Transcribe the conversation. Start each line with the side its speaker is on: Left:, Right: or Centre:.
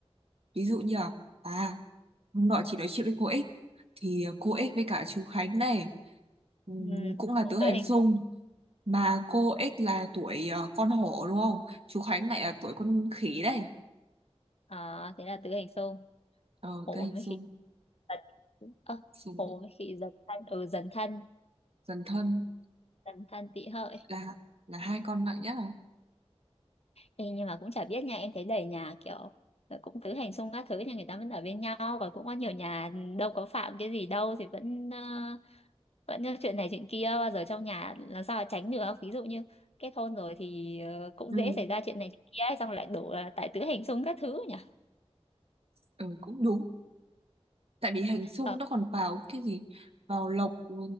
Right: ví dụ như là à hôm nọ chị nói chuyện với cô X thì cô X với cả chú Khánh này ừm,
Left: ừ.
Right: cũng là
Left: cũng
Right: tứ hành
Left: tử hình
Right: xung
Left: xung
Right: mà cô X là tuổi ờ, con hổ đúng không chú Khánh lại là tuổi con khỉ đấy
Left: à, thế là tử hình xung
Right: ờ
Left: hộ
Right: tứ hành
Left: mấy
Right: xung
Left: khi giật ờ,
Right: xung
Left: hộ mấy khi dần thân ừ dần thân
Right: dần thân
Left: dần thân tị hợi
Right: là là hai con nặng nhất à
Left: Ê, nhưng mà cũng chả biết nha em thấy đầy nhà kiểu ờ, cũng tứ hành xung các thứ thì người ta vẫn ở bên nhau và cũng có nhiều nhà ừ, đâu có phạm cái gì đâu thì vẫn ờ, vẫn như chuyện này chuyện kia bao giờ trong nhà làm sao mà tránh được ví dụ như kết hôn rồi thì ờ, cũng
Right: ừ,
Left: dễ xảy ra chuyện này chuyện kia ấy, xong lại đổ là tại tứ hành xung các thứ nhỉ
Right: ừ cũng đúng tại vì hình xung
Left: ờ
Right: nó còn vào cái gì vào lộc ừ,